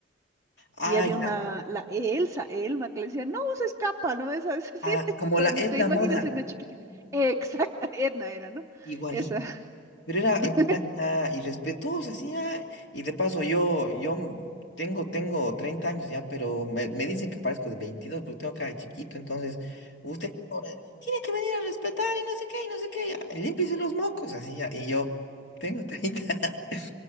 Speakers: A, on the left; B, on the right.
A: Ah,
B: Y había
A: ya,
B: una, la Elsa, Elma, que le decía, no uses capa, ¿no ves? <laughs> Es decir,
A: ah,
B: es
A: como
B: cuando
A: la Edna
B: te imaginas
A: Moda,
B: en una chiquitita. Exacta, Edna era, ¿no?
A: igualito.
B: Esa.
A: Pero era en
B: <laughs>
A: plan ya irrespetuosa, sí, ah, Y de paso, yo, yo m- tengo, tengo 30 años ya, pero me, me dicen que parezco de 22 porque tengo cara de chiquito. Entonces, usted oh, eh, tiene que venir a respetar y no sé qué, y no sé qué. ya, Límpiese los mocos, así ya. Y yo tengo treinta <laughs>